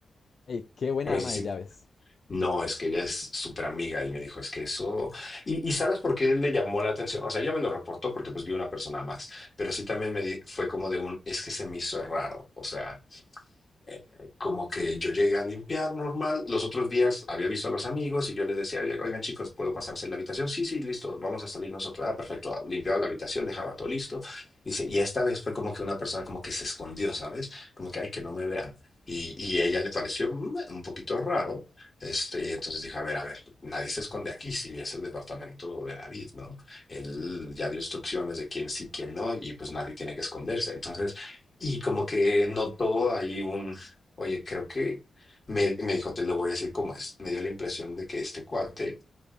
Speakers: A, on the left; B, on the left.
A: Ey, qué buena
B: Me dice,
A: ama
B: sí.
A: de llaves.
B: No, es que ella es súper amiga y me dijo, es que eso... Y, y ¿sabes por qué le llamó la atención? O sea, ella me lo reportó porque pues vi una persona más, pero sí también me di- fue como de un, es que se me hizo raro, o sea... Eh, como que yo llegué a limpiar normal. Los otros días había visto a los amigos y yo les decía, oigan chicos, ¿puedo pasarse la habitación? Sí, sí, listo, vamos a salir nosotros. Ah, perfecto, Ah, limpiaba la habitación, dejaba todo listo. Dice, y esta vez fue como que una persona como que se escondió, ¿sabes? Como que, ay, que no me vean. Y, y ella le pareció mm, un poquito raro. Este, y entonces dije, a ver, a ver, nadie se esconde aquí, si es el departamento de David, ¿no? Él ya dio instrucciones de quién sí, quién no, y pues nadie tiene que esconderse. Entonces, y como que notó ahí un Oye, creo que me, me dijo, te lo voy a decir como es. Me dio la impresión de que este cuate